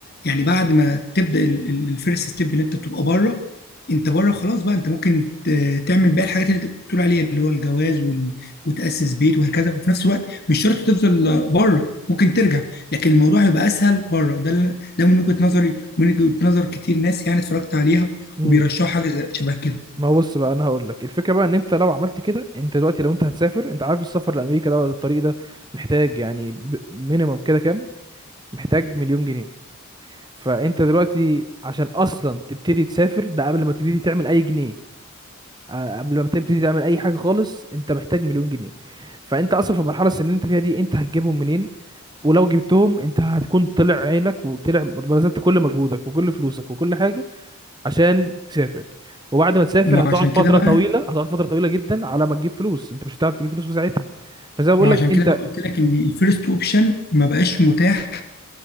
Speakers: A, on the left; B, on the right.
A: يعني بعد ما تبدا الفيرست ستيب اللي انت بتبقى بره انت بره خلاص بقى انت ممكن ت- تعمل باقي الحاجات اللي انت بتقول عليها اللي هو الجواز وال... وتاسس بيت وهكذا وفي نفس الوقت مش شرط تفضل بره ممكن ترجع لكن الموضوع هيبقى اسهل بره ده اللي- ده من وجهه نظري ومن وجهه نظر كتير ناس يعني اتفرجت عليها
B: امم
A: وبيرشحوا حاجه زي- شبه كده
B: ما هو بص بقى انا هقول لك الفكره بقى ان انت لو عملت كده انت دلوقتي لو انت هتسافر انت عارف السفر لامريكا ده الطريق ده محتاج يعني ب... مينيمم كده كام محتاج مليون جنيه فانت دلوقتي عشان اصلا تبتدي تسافر ده قبل ما تبتدي تعمل اي جنيه آه، قبل ما تبتدي تعمل اي حاجه خالص انت محتاج مليون جنيه فانت اصلا في المرحله السنيه اللي انت فيها دي انت هتجيبهم منين ولو جبتهم انت هتكون طلع عينك وطلع بذلت كل مجهودك وكل فلوسك وكل حاجه عشان تسافر وبعد ما تسافر
A: ما
B: هتقعد
A: عشان كده
B: فتره
A: بقى
B: طويله هتقعد فتره طويله جدا على ما تجيب فلوس انت مش هتعرف تجيب فلوس في ساعتها فزي ما بقول
A: ما
B: لك
A: عشان
B: انت
A: كده بقى قلت لك ان الفيرست اوبشن ما بقاش متاح